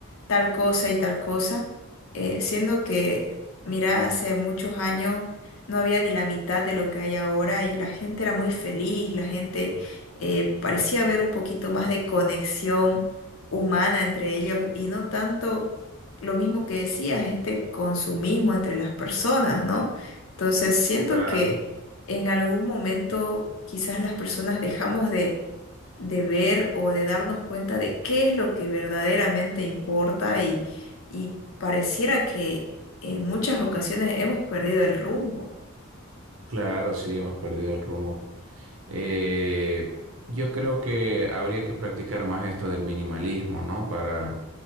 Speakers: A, on the left (about 70°); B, on the right (about 70°).
A: tal cosa y tal cosa, eh, siendo que, mira, hace muchos años no había ni la mitad de lo que hay ahora y la gente era muy feliz, la gente eh, parecía haber un poquito más de conexión humana entre ellos y no tanto lo mismo que decías, este consumismo entre las personas, ¿no? Entonces siento
B: Claro.
A: que en algún momento quizás las personas dejamos de, de ver o de darnos cuenta de qué es lo que verdaderamente importa y, y pareciera que en muchas ocasiones hemos perdido el rumbo.
B: Claro, sí, hemos perdido el rumbo. Eh, yo creo que habría que practicar más esto del minimalismo, ¿no? Para...